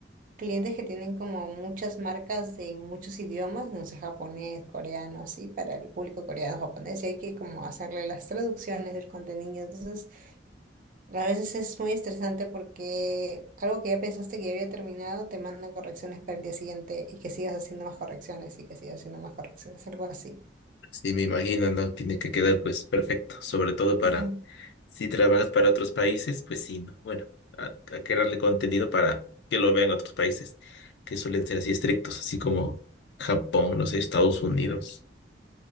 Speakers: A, on the right; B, on the left.
A: clientes que tienen como muchas marcas de muchos idiomas, no sé, japonés, coreano, así, para el público coreano, japonés, y hay que como hacerle las traducciones del contenido. Entonces, a veces es muy estresante porque algo que ya pensaste que ya había terminado, te mandan correcciones para el día siguiente y que sigas haciendo más correcciones y que sigas haciendo más correcciones, algo así.
B: Sí, me imagino, ¿no? Tiene que quedar, pues, perfecto. Sobre todo para,
A: <laughs> Ujú.
B: si trabajas para otros países, pues sí, ¿no? Bueno, a- hay que darle contenido para que lo vean otros países, que suelen ser así estrictos, así como Japón, no sé, Estados Unidos.